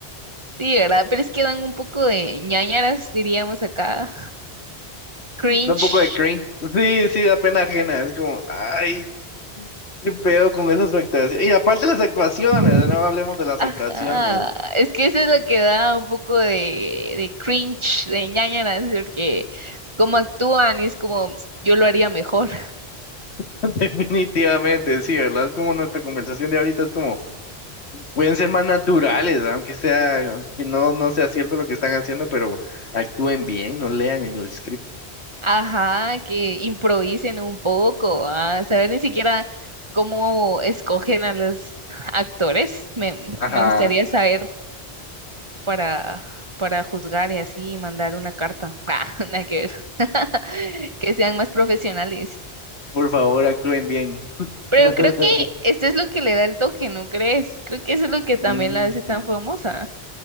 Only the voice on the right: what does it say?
Sí, ¿verdad? Pero es que dan un poco de ñáñaras, diríamos acá. Cringe.
<laughs>
Ajá,
es que eso es lo que da un poco de, de cringe, de ñáñaras, porque como actúan y es como, yo lo haría mejor.
Ajá, que improvisen un poco, a saber ni siquiera cómo escogen a los actores. Me,
me gustaría saber para, para juzgar y así mandar una carta. <laughs> Ah, nada que ver. <laughs> Que sean más profesionales.
Pero
creo que esto es lo que le da el toque, ¿no crees? Creo que eso es lo que también
la hace tan famosa.